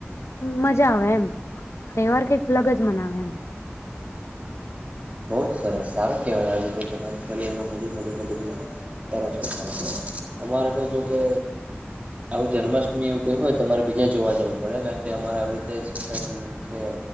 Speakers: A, on the left; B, on the right.
A: મજા આવે એમ તહેવાર કંઈક અલગ જ મનાવે એમ.
B: બહુ જ સરસ સારું કહેવાય આવી રીતે તમારી ફરિયામાં હળી મળીને બધું તસ થાય છે, અમારે તો જોકે આવું જન્માષ્ટમી એવું કવું હોય તો તમારે બીજા જોવા જવું પડે કારણ કે અમારે આવી રીતે સોસાયટી છે